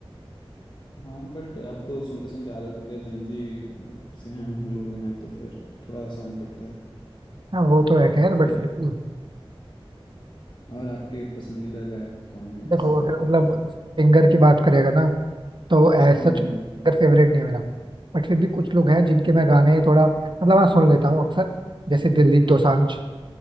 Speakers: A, on the left; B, on the right.
A: हाँ बट अब तो सुनते सुनते आदत हो गया जेंजी से हम हम लोग हैं तो फिर थोड़ा आसान पड़ता है
B: हाँ वो तो है खैर बट
A: वही
B: फिर भी
A: और आपके पसंदीदा गायक कौन है
B: देखो
A: संगीतकार
B: अगर मतलब
A: जो भी
B: सिंगर की बात करेगा ना तो एज
A: हम्म
B: सच
A: हम्म,
B: सिंगर फेवरेट नहीं है मेरा बट फिर भी कुछ लोग हैं जिनके मैं गाने थोड़ा मतलब हाँ सुन लेता हूँ अक्सर जैसे दिलजीत दोसांझ